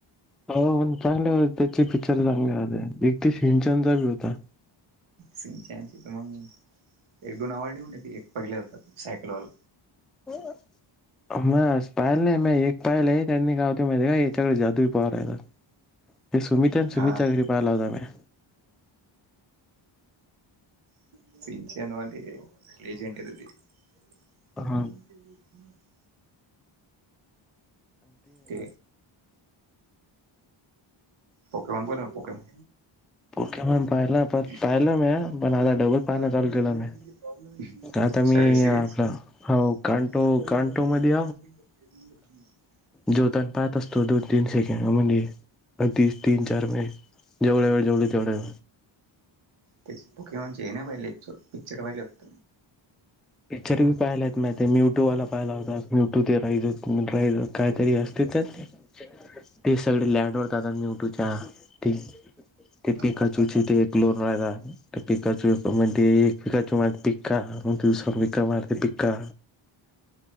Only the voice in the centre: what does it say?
हो चांगले हो त्याचे पिक्चर चांगले राहते एकतीश हिंचंदचा बी होता.
हो. म पायल नाही म एक पायल आहे त्यांनी गावते माहि का याच्याकडे जादू पव राहिला. ते सुमित आणि सुमित
च्या
घरी पाहाला होता मी.
मी
पोकेमॉन पाहिला पण
पाहिलं मी पण आता डबल पाहणं चालू केलं मी आता मी आपला हो कांटो कांटो मध्ये
ज्योताण पाहत असतो दोन तीन सेकंड म्हणे पण तीस तीन चार मे जेवढ्या वेळ जेवल जेवढ वेळ.
पिक्चर बी पाहियला आहेत माहि ते म्यूट्यूवाला पाहिला होतात म्यूटू ते राईज रा काहीतरी असते तर ते सगळे लँडवर जातात म्यूटूच्या ते. ते पिकाचूरचे
ते एक लोन राहता ते पिकाचूर म्हणे पिकाचू पिका दिवस विक्रारते पिका